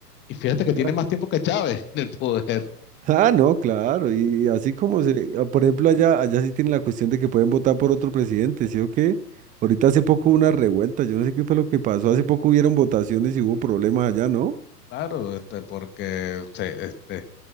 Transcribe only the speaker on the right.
llega-
Ah, no, claro. Y así como
se, ah, por ejemplo, allá, allá sí tiene la cuestión de que pueden votar por otro presidente, ¿sí o qué? Ahorita hace poco hubo una revuelta, yo no sé qué fue lo que pasó. Hace poco hubieron votaciones y hubo problemas allá, ¿no?